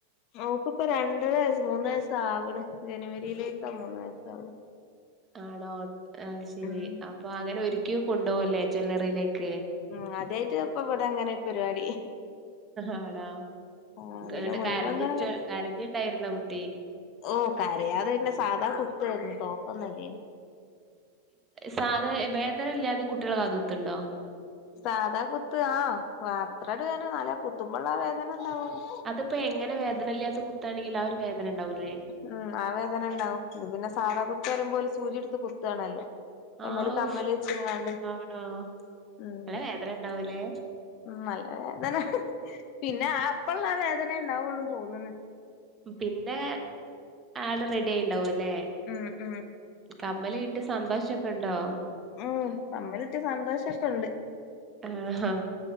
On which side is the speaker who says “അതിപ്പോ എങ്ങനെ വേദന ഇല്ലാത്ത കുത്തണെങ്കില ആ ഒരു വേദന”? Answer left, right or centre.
Right